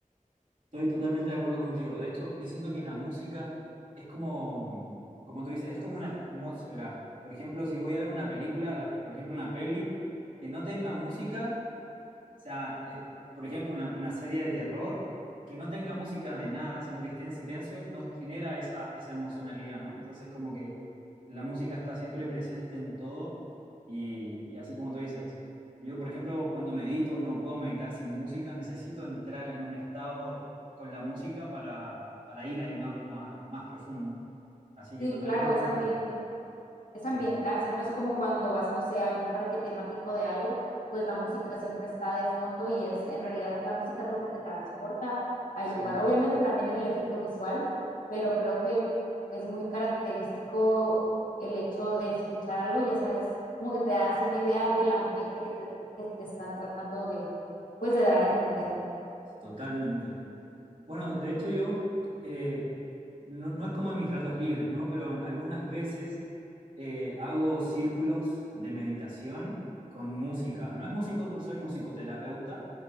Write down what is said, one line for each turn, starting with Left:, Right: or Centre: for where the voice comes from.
Right: Estoy totalmente de acuerdo contigo. De hecho, yo siento que la música es como, como tú dices, es como una atmósfera. Por ejemplo, si voy a ver una película, las- por ejemplo, una peli que no tenga música, O sea, eh, por ejemplo, una, una serie de terror que no tenga música de nada, sino que esté en silencio, nos genera esa, esa emocionalidad, ¿no? Entonces, como que la música está siempre presente en todo y, y así como tú dices, yo, por ejemplo, cuando medito, no puedo meditar sin música, necesito entrar en un estado con la música para, para ir ahí, ¿no? Como a más profundo. Así que
Left: Sí,
Right: totalmente
Left: claro, es
Right: de
Left: ambiente,
Right: acuerdo.
Left: es
Right: Sí,
Left: ambientarse, ¿no? Es como cuando vas, no sé, a algún parque temático de algo, pues la música siempre está de fondo y es, en realidad la música es lo que te transporta al
Right: sí,
Left: lugar. Obviamente también el efecto visual, pero creo que es muy característico el hecho de escuchar algo, ya sabes, como que te das una idea del ambiente que te, que te están tratando de, pues de dar a entender.
Right: totalmente. Bueno, de hecho yo, eh, no, no es como en mis ratos libres, ¿no? Pero algunas veces eh, hago círculos de meditación con música. No es músico, no soy musicoterapeuta,